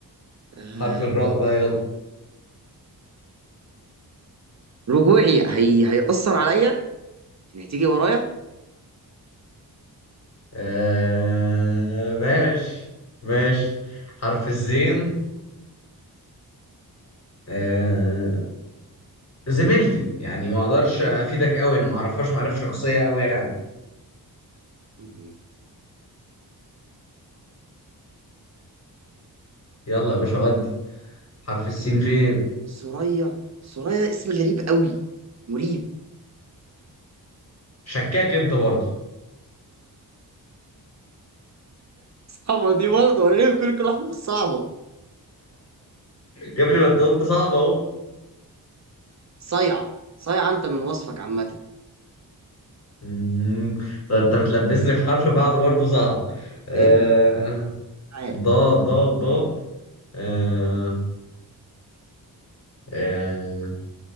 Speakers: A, on the right; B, on the left.
A: آه...
B: حرف الراء بقى يلا
A: رجوعي هي... هيأثر عليا يعني هتيجي ورايا
B: آه ماشي ماشي حرف الزين آه زميلتي يعني ما اقدرش افيدك قوي انا ما اعرفهاش معرفه شخصيه قوي يعني
A: مم.
B: يلا يا باشا ودي حرف السين فين
A: سوريا سوريا اسم غريب قوي مريب
B: شكاك انت برضه
A: اما دي برضه انا ليه بكل كل واحده بس صعبه
B: يا ابني ما انت قلت صعب اهو
A: صيعه صيعه انت من وصفك عامه
B: مم. طب انت بتلبسني في حرف بعده برضه صعب آه...
A: ابلع تعال
B: ضاد ضاد ضاد آه... آه...